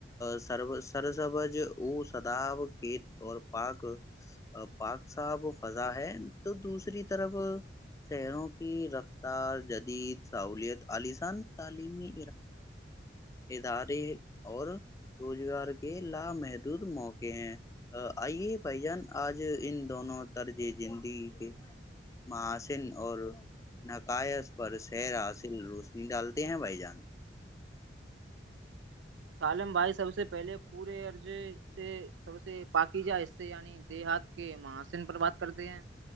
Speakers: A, on the left; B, on the right.
A: سر سرسبج وہ سدااب کھیت اور پاک پاک صاحب فضا ہے تو دوسری طرف شہروں کی رفتار جدید سہولیت عسان تعلیمی ادارے اور روزگار کے لامہد دھ موقع ہیں آئیے بھ جان آج ان دونوں طرز زندگ کے محاسن اور نقائش پر سیر حاصل روشنی ڈالتے ہیں بھ جان
B: سالم بھائی سب سے پہلے پورے ارضے سے سب سے پاکیجا حصے یعنی دیہات کے مہاسن پر بات کرتے ہیں